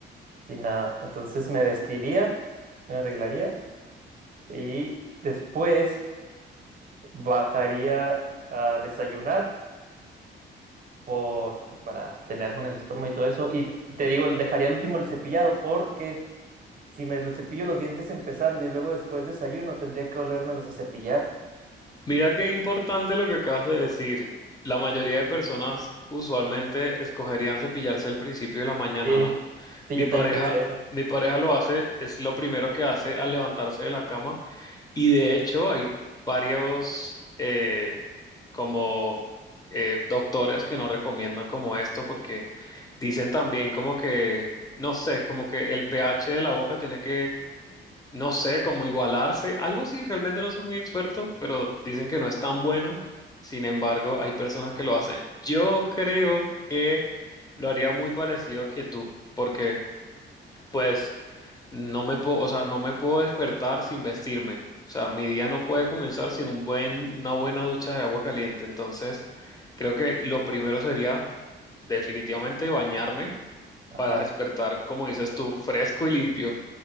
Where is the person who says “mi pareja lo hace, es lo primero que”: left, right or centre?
Left